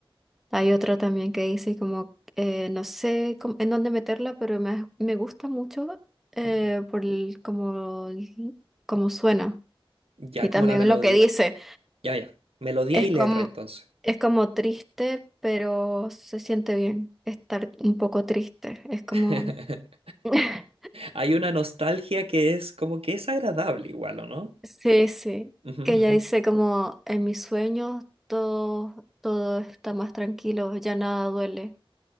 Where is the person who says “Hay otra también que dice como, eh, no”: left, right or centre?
Centre